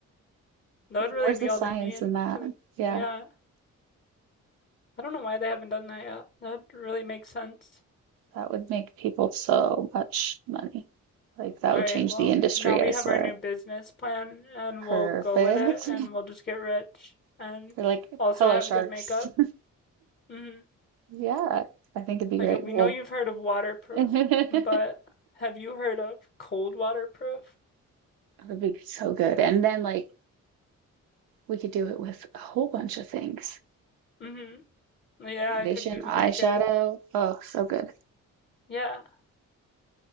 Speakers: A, on the left; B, on the right.
A: That would
B: Where's
A: really be
B: the
A: all
B: science
A: they need,
B: in that?
A: 'cause
B: Yeah.
A: yeah, I don't know why they haven't done that yet. That'd really make sense.
B: That would make people so much money. Like that
A: All
B: would
A: right,
B: change
A: well,
B: the industry,
A: now we
B: I swear.
A: have our new business plan and we'll
B: Perfect.
A: go with it and we'll just get rich and
B: <laughs> They're like,
A: also
B: hello,
A: have
B: sharks.
A: good makeup.
B: <laughs>
A: Mhm.
B: Yeah, I think it'd be great.
A: Like we
B: Well,
A: know you've heard of waterproof,
B: <laughs> it
A: but have you heard of cold waterproof?
B: would be so good. And then like we could do it with a whole bunch of things.
A: Mm-hmm. Yeah,
B: Foundation,
A: it could be. We
B: eyeshadow.
A: can make a
B: Oh, so good.
A: yeah.